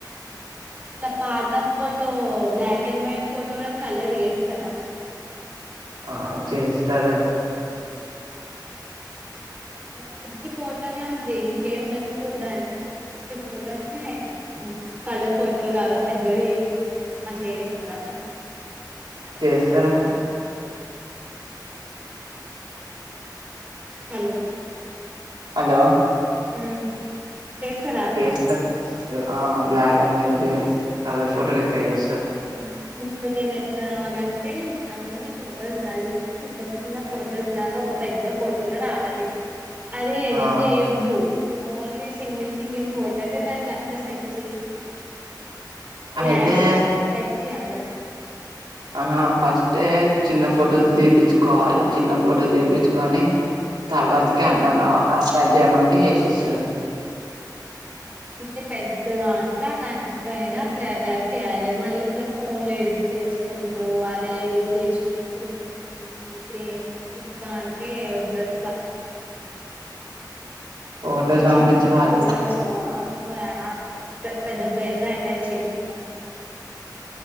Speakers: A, on the right; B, on the right.
A: నా పాత photo black and white photo లో కలర్ ఏస్తారా
B: ఆ చేస్తారు
A: వట్టి ఫోటోనే ఉంది. ఇంకేం లేవు దానికి <unintelligible> ఫోటోనే కాలర్ ఫోటో లాగా పద్ద ఏ అట్ల చేస్తారా మరి
B: చేస్తారు అట్ల
A: హలో
B: హలో
A: హ్ చేస్తరా అట్లా
B: చేస్తారు ఆ బ్లాక్ అండ్ వైట్ ది కలర్ ఫోటోలు లేక్క చేసు
A: హ్ ఇంకొకటి ఏమే ఎట్లా కావాలంటే అన్ని ఫొటోస్ కలిపి చిన్న చిన్న ఫొటోస్ లాగా ఒక పెద్ద ఫోటో లో రావాలి. అది ఎడిట్
B: ఆ
A: చేయొద్దు ఓన్లీ సింగిల్ సింగిల్ ఫొటోసే దాంట్ల అంతా సెట్ చేసి గ్లాస్
B: అయితే
A: చె పెట్టియాల
B: ఆహా ఫస్టే చిన్న ఫొటోస్ తిపించ్చుకోవాలి చిన్న ఫొటోస్ దిపించ్చు కొని తర్వాతకి
A: హ్మ్
B: అన్నలా అటాచ్ చేయమంటే చేసిస్తారు.
A: అంటే పెద్దదాంట్ల దానిపైన అట్లా ఆటాచ్ చెయాలి. మళ్ళీ ఇట్లా ఫోన్లు ఎడిట్ చేసుకుండు అదే ఎడిట్ చేసిండు. ప్రింట్ రీల్స్ చేపి ప్రేమ్ ఇస్తా అంటే వద్దట్లా
B: ఫొటోస్ పంపించి
A: చిన్న చిన్న
B: వాళ్ళ
A: ఫోటోస్ ఆఫ్ ఆప్ పే పెద్ద ఫ్రేమ్ ల అటాచ్ చేసిర్రూ అయినా